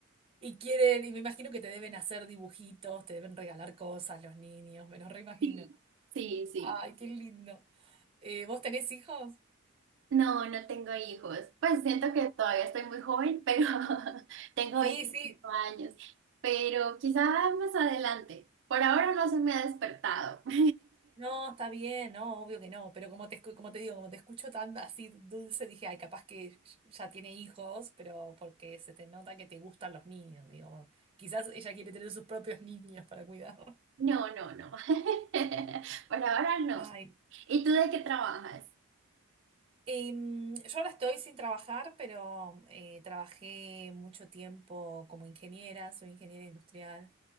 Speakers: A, on the right; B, on the right.
A: Y quieren, y me imagino que te deben hacer dibujitos, te deben regalar cosas los niños, me los reimagino.
B: Sí, sí, sí.
A: Ay, qué lindo. Eh, ¿vos tenés hijos?
B: No, no tengo hijos. Pues siento que todavía estoy muy joven, pero <laughs> tengo
A: Sí,
B: 25
A: sí.
B: años. Pero quizá más adelante. Por ahora no se me ha despertado. <laughs>
A: No, está bien, no, obvio que no, pero como te, escu- como te digo, como te escucho tan así dulce, dije, ay, capaz que ya tiene hijos, pero porque se te nota que te gustan los niños, digo, bueno, quizás ella quiere tener sus propios niños para cuidar.
B: No, no, no. <laughs> Por ahora no.
A: <laughs> Ay.
B: ¿Y tú de qué trabajas?
A: Em, yo ahora estoy sin trabajar, pero eh, trabajé mucho tiempo como ingeniera, soy ingeniera industrial,